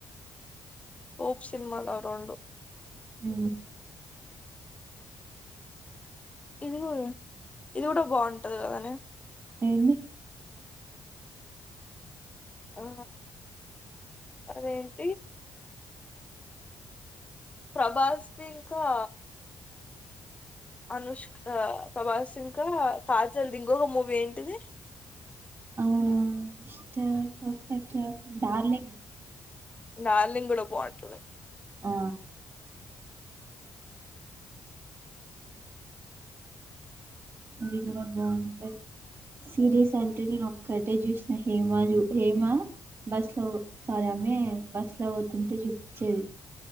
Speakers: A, on the left (about 20°); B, on the right (about 35°).
A: ఓప్ సినిమాలు ఆ రెండు
B: ఊ
A: ఇది గూడా బాగుంటది గదనే
B: ఎంది
A: ఆ అదేంటి ప్రభాస్ ది ఇంకా అనుష్క్ ఆ ప్రభాస్ ఇంకా కాజల్ ది ఇంకొక మూవీ ఏంటిది
B: ఆ మిస్టర్ పర్ఫెక్ట్ డార్లింగ్
A: డార్లింగ్ కూడ బాగుంటది
B: ఆ అది గుడ బాగుంటది సిరీస్ అంటే నేను ఒక్కటే చూసినా హేమా జు హేమా బస్ లో సారి ఆమె బస్ లో వోతుంటే చూపిచ్చేది